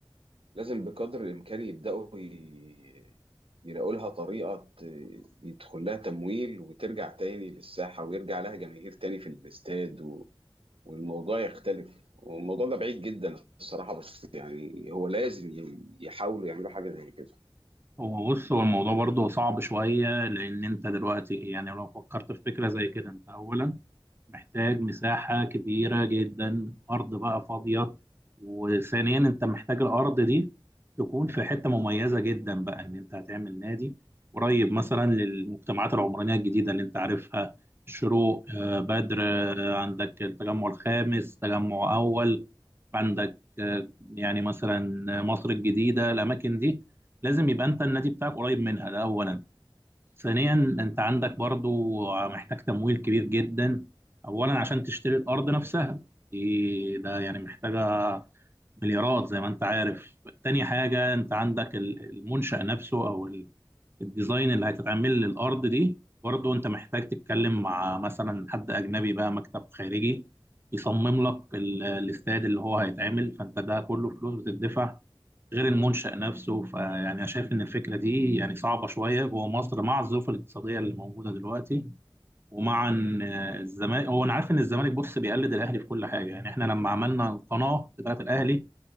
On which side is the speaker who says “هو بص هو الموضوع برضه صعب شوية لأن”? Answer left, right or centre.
Right